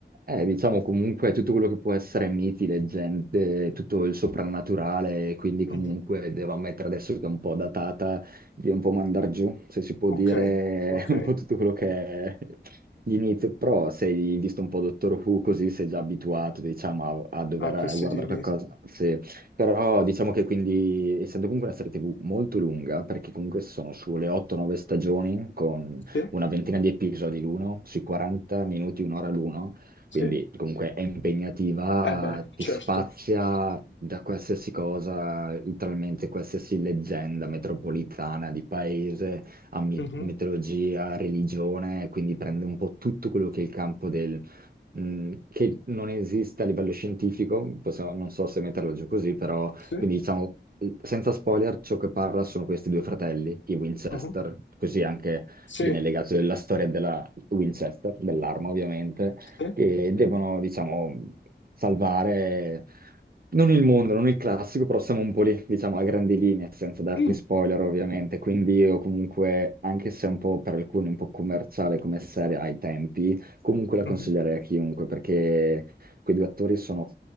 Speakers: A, on the right (about 55°); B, on the left (about 85°).
A: Eh, diciamo comunque tutto quello che può essere miti, leggende, tutto il soprannaturale, quindi comunque
B: Mhm.
A: devo ammettere adesso che è un po' datata, di un po' mandar giù, se si può dire
B: Ok, ok.
A: <laughs> un po' tutto quello che è l'inizio, però sei visto un po' Dottor Who così sei già abituato, diciamo, a, a dover
B: A questi
A: guardare
B: tipi.
A: qualcosa, sì. Però diciamo che quindi, essendo comunque una serie TV molto lunga, perché comunque sono sulle 8-9 stagioni, con
B: Sì,
A: una ventina di episodi l'uno, sui 40 minuti, un'ora l'uno,
B: sì.
A: quindi comunque è impegnativa,
B: Eh beh,
A: ti
B: certo.
A: spazia da qualsiasi cosa, letteralmente qualsiasi leggenda metropolitana di paese a mi-
B: Mh-mh.
A: mitologia, religione, quindi prende un po' tutto quello che è il campo del mh, che non esiste a livello scientifico, possiamo- non so se metterla giù così, però
B: Sì,
A: quindi diciamo, eh, senza spoiler, ciò che parla sono questi due fratelli, i Winchester,
B: mh-mh.
A: così anche
B: Sì,
A: viene legato alla storia della Winchester, dell'arma ovviamente,
B: sì.
A: che devono, diciamo, salvare... Non il mondo, non il classico, però siamo un po' lì, diciamo, a grandi linee, senza darti
B: Mh,
A: spoiler ovviamente, quindi io comunque, anche se è un po' per alcuni un po' commerciale come serie ai tempi, Comunque la consiglierei
B: mh-mh.
A: a chiunque perché quei due attori sono